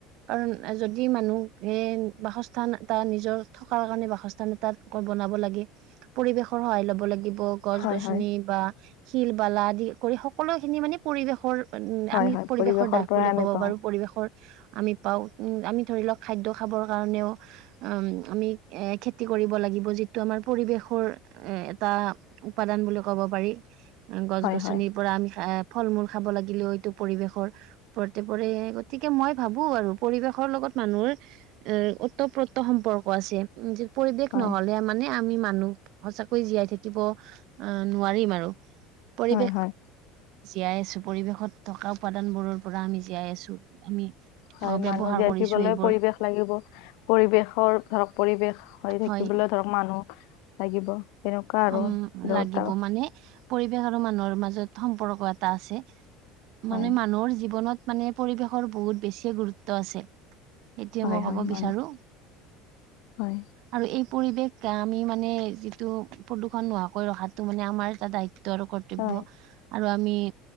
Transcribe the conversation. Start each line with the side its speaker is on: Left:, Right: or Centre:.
Right: কাৰণ যদি মানুহে বাসস্থান এটা নিজৰ থকাৰ কাৰণে বাসস্থান এটাত বনাব লাগে, পৰিবেশৰ সহায় ল'ব লাগিব। গছ,
Left: হয়
Right: গছনি
Left: হয়
Right: বা শিল, বালা আদি কৰি সকলো খিনি মানে পৰিৱেশৰ উম
Left: হয়
Right: আমি
Left: হয়
Right: পৰিৱেশৰ দাগ
Left: পৰাই
Right: বুলি
Left: আমি
Right: ক'ব
Left: পাওঁ
Right: পাৰো পৰিৱেশৰ। আমি পাও, উম আমি ধৰি লওক খাদ্য খাবৰ কাৰণেও উম আমি এ খেতি কৰিব লাগিব যিটো আমাৰ পৰিৱেশৰ উম এটা উপাদান বুলি ক'ব পাৰি, গছ,
Left: হয়
Right: গছনি
Left: হয়
Right: পৰা আমি ফ'ল মূল খাব লাগিলেও এইটো পৰিৱেশৰ। পৰতে পৰে, গতিকে মই ভাবো আৰু পৰিবেশৰ লগত মানুহৰ এ ওতঃপ্ৰত সম্পৰ্ক আছে পৰিৱেশ
Left: হয়
Right: নহ'লে মানে আমি মানুহ, সঁচাকৈয় জীয়াই থাকিব আহ নোৱাৰিম আৰু, পৰিৱেশ
Left: হয় হয়
Right: জীয়াই আছো পৰিৱেশত থকা উপাদান বোৰৰ পৰা আমি। জীয়াই আছো আমি অ',
Left: হয়
Right: ব্যৱহাৰ
Left: মানুহ জীয়াই
Right: কৰিছো
Left: থাকিবলৈ
Right: এইবোৰ।
Left: পৰিৱেশ লাগিব, পৰিৱেশৰ ধৰক পৰিৱেশ হৈ থাকিবলৈ
Right: হয়
Left: ধৰক মানুহ লাগিব তেনেকুৱা আৰু
Right: উম
Left: দুটা।
Right: লাগিব মানে পৰিৱেশ আৰু মানুহৰ মাজত সম্পৰ্ক এটা আছে, মানে
Left: হয়
Right: মানুহৰ জীৱনত মানে পৰিৱেশৰ বহুত বেছিয়ে গুৰুত্ব আছে। এতিয়া
Left: হয়
Right: মই ক'ব
Left: হয়
Right: বিচাৰো।
Left: মানুহ হয়
Right: আৰু এই পৰিৱেশ আমি মানে যিটো প্ৰদূষণ নোহোৱাকৈ ৰখা যিটো মানে আমাৰ এটা দায়িত্ব আৰু কৰ্তব্য,
Left: হয়
Right: আৰু আমি